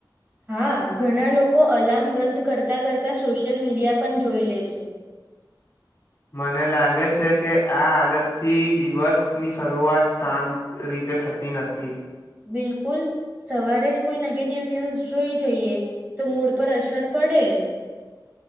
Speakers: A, on the right; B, on the left.
A: હા ઘણા લોકો અલાર્મ બંધ કરતાં કરતા સોશિયલ મીડિયા પણ જોઈ લે છે.
B: મને લાગે છે કે આ આદતથી દિવસની શરૂઆત શાંત રીતે થતી નથી.
A: બિલકુલ, સવારે જ કોઈ નેગેટિવ ન્યુઝ જોઈ જઈએ તો મૂડ પર અસર પડે.